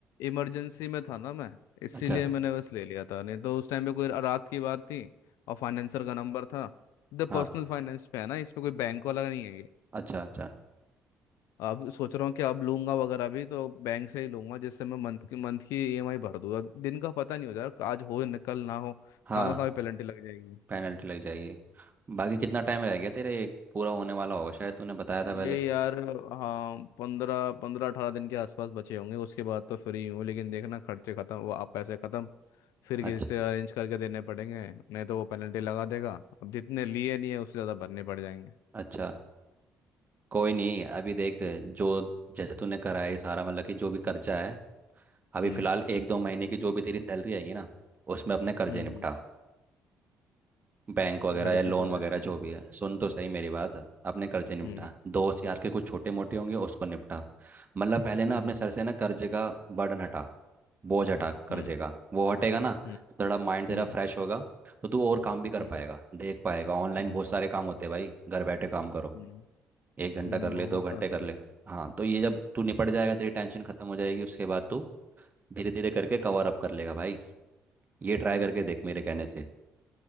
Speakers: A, on the left; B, on the right.
A: इमरजेंसी में था ना मैं इसीलिए
B: अच्छा
A: मैंने बस ले लिया था नहीं तो उस टाइम पे कोई रात की बात थी और फाइनेंसर का नंबर था द
B: हाँ
A: पर्सनल फाइनेंस पे है ना इसमें कोई बैंक वाला नहीं है
B: अच्छा अच्छा
A: अब सोच रहा हूँ कि अब लूंगा वगैरह भी तो बैंक से ही लूंगा जिससे मैं मंथ की मंथ की ईएमआई भर दूंगा दिन का पता नहीं होता यार आज हो या कल ना हो
B: हाँ
A: खामा खामा पेनल्टी लग जाएगी
B: पेनल्टी लग जाएगी बाकी कितना टाइम रह गया तेरे एक पूरा होने वाला होगा शायद तूने बताया था
A: ये
B: पहले
A: यार हाँ पंद्रह पंद्रह अठारह दिन के आसपास बचे होंगे उसके बाद तो फ्री हूँ लेकिन देखना खर्चे खत्म वो आप पैसे खत्म फिर किसी
B: अच्छा
A: से अरेंज करके देने पड़ेंगे नहीं तो वो पेनल्टी लगा देगा अब जितने लिए नहीं है उससे ज़्यादा भरने पड़ जाएंगे
B: अच्छा कोई नहीं अभी देख जो जैसे तूने करा है सारा मतलब कि जो भी कर्जा है अभी
A: हम्म
B: फिलहाल एक दो महीने की जो भी तेरी सैलरी आएगी ना उसमें अपने कर्जे
A: हम्म
B: निपटा
A: हम्म,
B: बैंक वगैरह
A: घर
B: या लोन
A: भी तो रह
B: वगैरह जो भी है सुन तो सही मेरी बात अपने कर्जे निपटा
A: हम्म
B: दोस्त यार के कुछ छोटे मोटे होंगे उसको निपटा मतलब पहले ना
A: हम्म
B: अपने सर से ना कर्जे का बर्डन हटा बोझ हटा कर
A: हम्म
B: देगा वो हटेगा ना तो
A: हम्म
B: थोड़ा माइंड तेरा
A: हम्म
B: फ्रेश होगा तो तू और काम भी कर
A: हम्म
B: पाएगा देख पाएगा ऑनलाइन
A: हम्म हम्म,
B: बहुत सारे काम होते हैं भाई घर बैठे काम करो
A: हम्म।
B: एक घंटा
A: हम्म,
B: कर ले दो
A: होता
B: घंटे
A: था
B: कर ले हाँ तो ये जब तू निपट जाएगा तेरी टेंशन खत्म हो जाएगी उसके बाद तू धीरे धीरे करके कवर अप कर लेगा भाई ये ट्राई करके देख मेरे कहने से